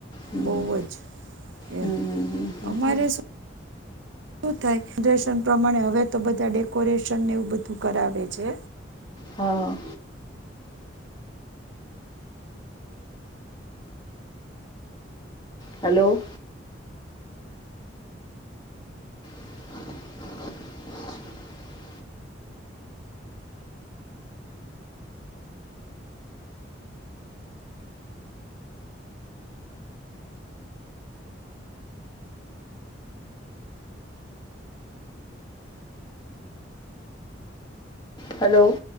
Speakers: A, on the left; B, on the right.
A: હમ,
B: બહુ
A: હમ, હમ,
B: જ એમ
A: હમ, હમ, હમ,
B: અમારે
A: હમ.
B: શું શું થાય રેશન પ્રમાણે હવે તો બધા ડેકોરેશન ને એવું બધું કરાવે છે
A: હા હલો <inaudible> હલો